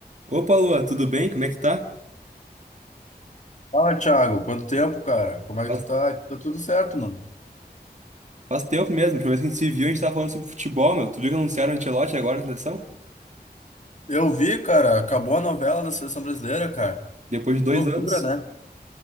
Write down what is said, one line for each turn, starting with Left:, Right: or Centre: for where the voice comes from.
Right: Opa, Lua, tudo bem? Como é que tá?
Left: Fala, Thiago. Quanto tempo, cara? Como é
Right: Faz,
Left: que tu tá? Aqui Tá tudo certo, mano.
Right: faz tempo mesmo. A última vez que a gente se viu, a gente tava falando sobre futebol, meu. Tu viu que anunciaram o Ancelotti agora na seleção?
Left: Eu vi, cara, acabou a novela da Seleção Brasileira, cara.
Right: Depois de
Left: Que
Right: dois
Left: loucura,
Right: anos.
Left: né?